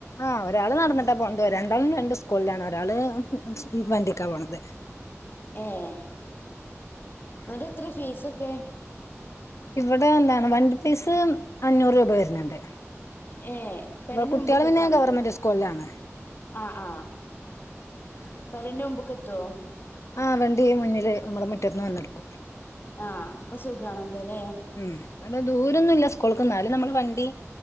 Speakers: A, on the left; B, on the left.
A: ആഹ് ഒരാള് നടന്നിട്ടാ പോണത് രണ്ടാളും രണ്ട് സ്കൂളിലാണ് ഒരാള് വണ്ടിക്കാ പോണത്
B: ഏഹ് എന്നിട്ട് എത്ര ഫീസൊക്കെ
A: ഇവിടെ എന്താണ് വണ്ടി പീസ് അഞ്ഞൂറ് രൂപ വരുന്നുണ്ട്
B: ഏഹ് പെരേന്റെ
A: കുട്ടികള്
B: മുമ്പ്ക്കെത്താ
A: പിന്നെ
B: മതിയോ
A: ഗവൺമെന്റ് സ്കൂളിലാണ്
B: ആഹ് ആപ്പ അര്റെ മുമ്പൊക്കെ എത്തുമോ
A: ആഹ് വണ്ടി മുന്നില് നമ്മുടെ മുറ്റന്ന് വന്നെടുക്കും
B: ആഹ് അപ്പൊ സുഖമാണല്ലോ അല്ലേ
A: ഉം ഇവിടെ ദൂരൊന്നും ഇല്ല സ്കൂൾക്ക്ന്നാലും നമ്മള് വണ്ടി